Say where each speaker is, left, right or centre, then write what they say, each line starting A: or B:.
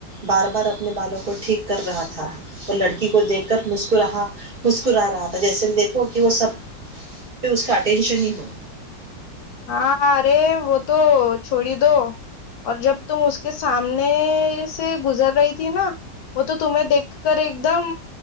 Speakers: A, on the right; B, on the left.
A: بار بار اپنے بالوں کو ٹھیک کر رہا تھا اور لڑکی کو دیکھ کر مسکراہا مسکرا رہا تھا جیسے دیکھو کہ وہ سب پہ اس کا اٹینشن ہی ہو
B: ہاں ارے وہ تو چھوڑی دو اور جب تم اس کے سامنے سے گزر رہی تھی نا وہ تو تمہیں دیکھ کر ایک دم